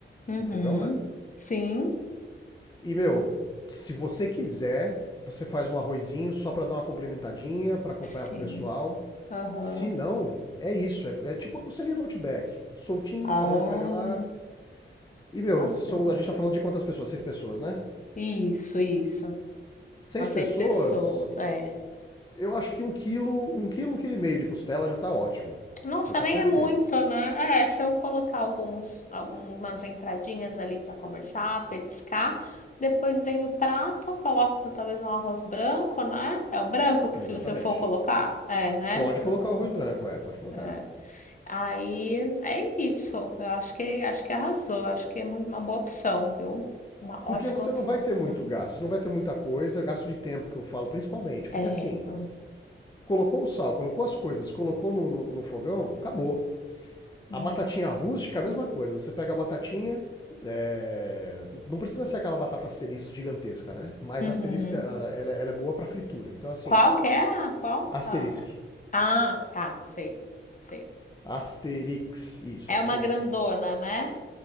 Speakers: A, on the left (about 40°); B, on the left (about 20°).
A: uhum.
B: no fogão, né?
A: Sim,
B: E, meu, se você quiser, você faz um arrozinho só pra dar uma complementadinha, pra acompanhar
A: sim.
B: pro pessoal.
A: Aham.
B: Se não, é isso. É, é tipo a costelinha do Outback. Soltinho,
A: Ah,
B: cada um pega lá. E, meu,
A: arrasou.
B: são, a gente tá falando de quantas pessoas? Seis pessoas, né?
A: Isso, isso.
B: Seis
A: As
B: pessoas,
A: seis pessoas, é.
B: eu acho que um quilo, um quilo, um quilo e meio de costela já tá ótimo.
A: Nossa,
B: Já tá
A: nem
B: perfeito.
A: é muito, né? É, se eu colocar alguns, algumas entradinhas ali para conversar, petiscar, depois vem o prato, coloco talvez um arroz branco, né? É o branco que
B: Exatamente.
A: se você for colocar, é, né?
B: Pode colocar o arroz branco, é, pode colocar.
A: É. Aí é isso. Eu acho que acho que arrasou. Acho que é muito uma boa opção, viu? Uma
B: Porque
A: ótima
B: você
A: opção.
B: não vai ter muito
A: Hum.
B: gasto, não vai ter muita coisa, gasto de tempo que eu falo, principalmente. Porque
A: É.
B: assim,
A: foi.
B: colocou o sal, colocou as coisas, colocou no, no- no fogão, acabou.
A: Uhum.
B: A batatinha rústica, a mesma coisa. Você pega a batatinha, é, não precisa ser aquela batata asterisco gigantesca, né? Mas
A: Uhum.
B: a asterisca, ah, ela, ela é boa para fritura. Então assim,
A: Qual que é? a- Qual?
B: asterisque.
A: a- Ah, tá, sei, sei.
B: Asterix, isso,
A: É
B: asterix.
A: uma grandona, né?